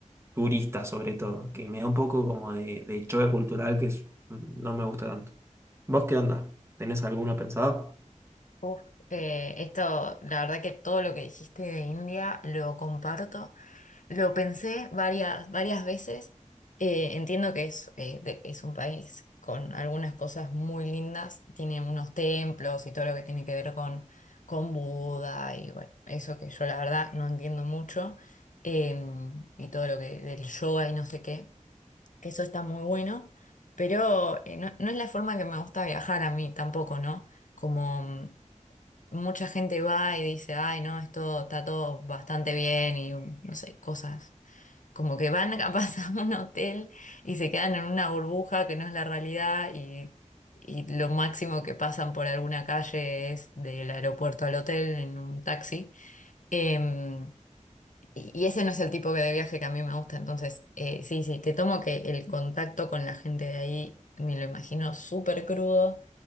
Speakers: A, on the right; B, on the left.
A: turista, sobre todo, que me da un poco como de, de choque cultural que es- no me gusta tanto. ¿Vos qué onda? ¿Tenés alguno pensado?
B: Uf, eh, esto, la verdad que todo lo que dijiste de India lo comparto. Lo pensé varias, varias veces. Eh, entiendo que es, eh, de- es un país con algunas cosas muy lindas. Tiene unos templos y todo lo que tiene que ver con, con Buda y bueno, eso que yo la verdad no entiendo mucho. Em, y todo lo que del yoga y no sé qué, que eso está muy bueno. Pero eh, no, no es la forma que me gusta viajar a mí tampoco, ¿no? Como mucha gente va y dice, ay, no, esto está todo bastante bien y no sé, cosas. Como que van capaz <laughs> a un hotel y se quedan en una burbuja que no es la realidad y, y lo máximo que pasan por alguna calle es del aeropuerto al hotel en un taxi. Em, y y ese no es el tipo que de viaje que a mí me gusta, entonces eh, sí, sí, te tomo que el contacto con la gente de ahí me lo imagino súper crudo,